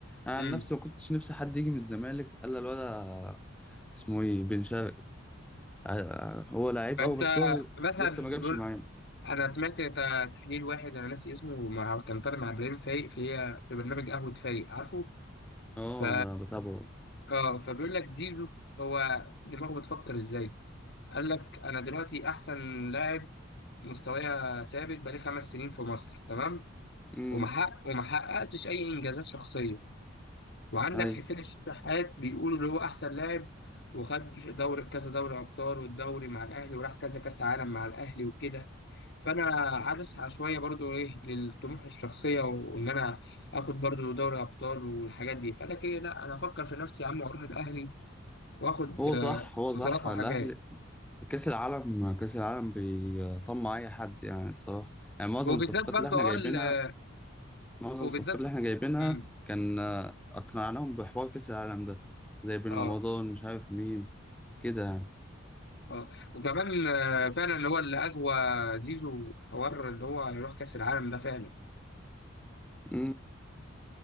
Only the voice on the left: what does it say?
مم.
فانت
مثلا
بقول-
انا سمعت ت- تحليل واحد انا ناسي اسمه مع كان طالع مع ابراهيم فايق في في برنامج قهوه فايق عارفه
ف
اه فبيقول لك زيزو هو دماغه بتفكر ازاي قال لك انا دلوقتي احسن لاعب مستوايا ثابت بقالي خمس سنين في مصر تمام
ومحقق ومحققتش اي انجازات شخصيه وعندك
حسين الشحات بيقولوا اللي هو احسن لاعب وخد دوري كذا دوري ابطال والدوري مع الاهلي وراح كذا كاس عالم مع الاهلي وكده فانا عايز اسعى شويه برضو ايه للطموح الشخصيه وان انا اخد برضو دوري ابطال والحاجات دي فانا كده لا انا افكر في نفسي يا عم واروح الاهلي واخد
آه،
بطولات
وحاجات
وبالذات
برضو
اه
ال-
وبالذات
مم،
اه
اه وكمان آه، فعلا اللي هو اللي اقوى زيزو حوار اللي هو يروح كاس العالم ده فعلا